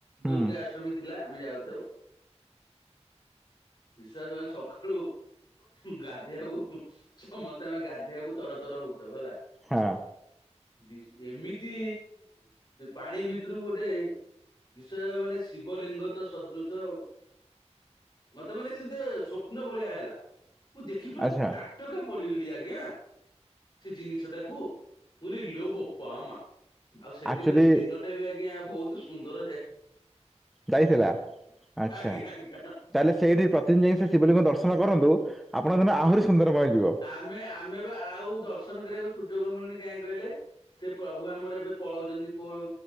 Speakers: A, in the centre; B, on the left (about 40°).
A: ହୁଁ।
B: ଦୁର୍ଗାଷ୍ଟମୀ ଅଷ୍ଟମୀ ଥିଲା ଆମେ ଯାଉଥାଉ, ବିଶ୍ଵାସ କରିବେନି ସକାଳୁ ଗାଧୋଇବାକୁ ସମସ୍ତେ ଆମେ ଗାଧେଇବାକୁ ତର ତର ହଉଥାଉ ହେଲା
A: ହଁ।
B: ବିସ୍ ଏମିତି ପାଣି ଭିତରୁକୁ ଗୋଟେ ବିଷୟ ମାନେ ଶିବଲିଙ୍ଗ ତ ସଦୃଶ ମୋତେ ମାନେ ସେମିତି ସ୍ୱପ୍ନ ଭଳିଆ ହେଲା। ମୁଁ ଦେଖି ପୁରା
A: ଆଚ୍ଛା
B: ତା ଟକା ପଡିଗଲି ଆଜ୍ଞା, ସେ ଜିନିଷ ଟାକୁ ପୁରି ଲୋ ବପା ମା ଆଉ ସେଦିନ
A: ଆକ୍ଚୁଆଲି
B: ଦିନଟା ବି ଆଜ୍ଞା ବହୁତ ସୁନ୍ଦର ଯା
A: ଯାଇଥିଲା, ଆଚ୍ଛା,
B: ଆଜ୍ଞା ଆଜ୍ଞା
A: ତାହେଲେ ସେଇଠି ପ୍ରତିଦିନ ଯାଇକି ସେ ଶିବଲିଙ୍ଗ ଦର୍ଶନ କରନ୍ତୁ ଆପଣଙ୍କ ଦିନ ଆହୁରି ସୁନ୍ଦରମୟ ଯିବ।
B: ଆମେ ଆମେ ବା ଆଉ ଦର୍ଶନ କରିବାକୁ ସୁଯୋଗ ମିଳୁନି। କାଇଁ କହିଲେ ସେ ପ୍ରଭୁ ଆମର ଏବେ ପଳଉଚନ୍ତି କୋଉ